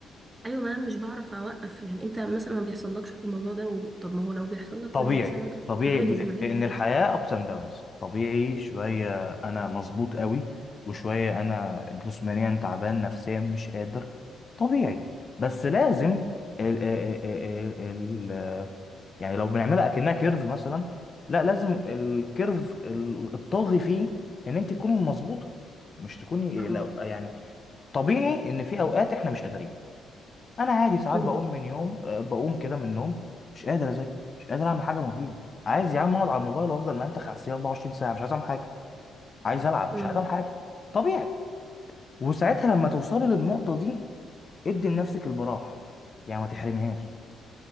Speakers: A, on the right; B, on the left.
A: ايوه ما انا مش بعرف اوقف يعني انت مثلا ما بيحصلكش الموضوع ده و... طب ما هو لو بيحصل لك
B: طبيعي
A: قول لي مثلا
B: طبيعي
A: اعمل
B: ل-
A: ازاي معاك
B: لان الحياه ابس اند داونز طبيعي شويه انا مظبوط قوي وشويه انا جسمانيا تعبان نفسيا مش قادر طبيعي بس لازم ال ال ال ال ال- يعني لو بنعملها اكنها كيرف مثلا لا لازم الكيرف ال- الطاغي فيه ان انت تكوني مظبوطه مش تكوني
A: اه
B: لو- يعني طبيعي ان في اوقات احنا مش قادرين انا عادي ساعات
A: مم.
B: بقوم من يوم آه، بقوم كده من النوم مش قادر اذاكر مش قادر اعمل حاجه مفيده عايز يا عم اقعد على الموبايل وافضل منتخ على السرير 24 ساعه مش عايز اعمل حاجه عايز العب
A: مم.
B: مش عايز اعمل حاجه طبيعي وساعتها لما توصلي للنقطه دي ادي لنفسك البراح يعني ما تحرميهاش